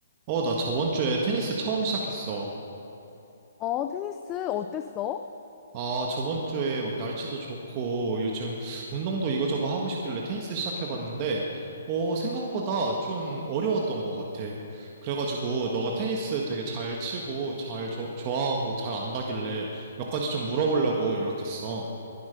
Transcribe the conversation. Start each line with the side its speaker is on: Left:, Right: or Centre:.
Right: 어, 나 저번 주에 테니스 처음 시작했어.
Left: 어, 테니스 어땠어?
Right: 아, 저번 주에 막 날씨도 좋고 요즘 운동도 이거저거 하고 싶길래 테니스 시작해봤는데, 어, 생각보다
Left: 응.
Right: 좀 어려웠던 것 같아. 그래가지고 너가 테니스 되게 잘 치고 잘 조- 좋아하고 잘 안다길래 몇 가지 좀 물어보려고 연락했어.